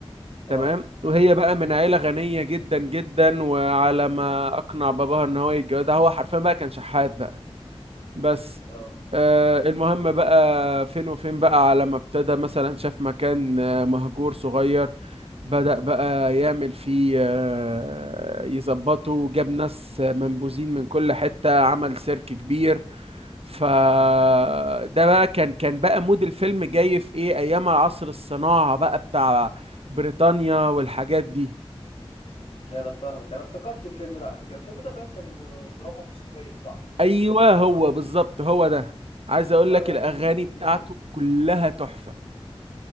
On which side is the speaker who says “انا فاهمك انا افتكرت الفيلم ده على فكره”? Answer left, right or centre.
Left